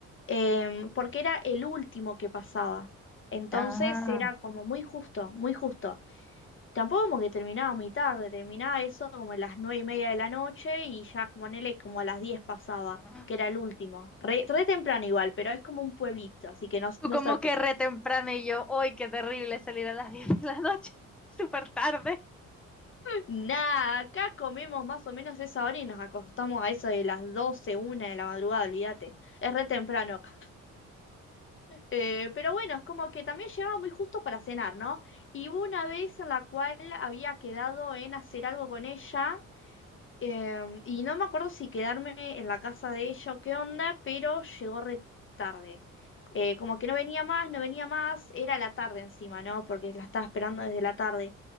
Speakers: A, on the left; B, in the centre.
A: em, porque era el último que pasaba. Entonces
B: ajá.
A: era como muy justo, muy justo. Tampoco como que terminaba muy tarde, terminaba eso como a las nueve y media de la noche y ya como en él como a las diez pasaba,
B: Ah.
A: que era el último. Re, re temprano igual, pero es como un pueblito, así que no,
B: Tú
A: no
B: como
A: es sorpresa.
B: que re temprano y yo, hoy qué terrible salir a las <laughs> 10 de la noche, <laughs> súper tarde.
A: Nada, acá comemos más o menos esa hora y nos acostamos a eso de las doce una de la madrugada, olvídate. Es re temprano acá. Eh, pero bueno, es como que también llegaba muy justo para cenar, ¿no? Y hubo una vez en la cual había quedado en hacer algo con ella Em, y no me acuerdo si quedarme en la casa de ella o qué onda, pero llegó re tarde. Eh, como que no venía más, no venía más, era la tarde encima, ¿no? Porque la estaba esperando desde la tarde.